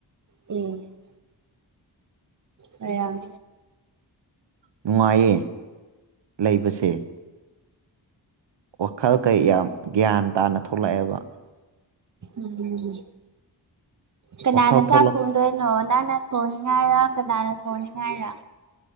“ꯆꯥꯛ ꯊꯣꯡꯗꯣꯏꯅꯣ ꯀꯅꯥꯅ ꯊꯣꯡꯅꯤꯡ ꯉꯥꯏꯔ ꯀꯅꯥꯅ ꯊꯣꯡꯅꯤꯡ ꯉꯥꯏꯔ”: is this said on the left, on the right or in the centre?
Right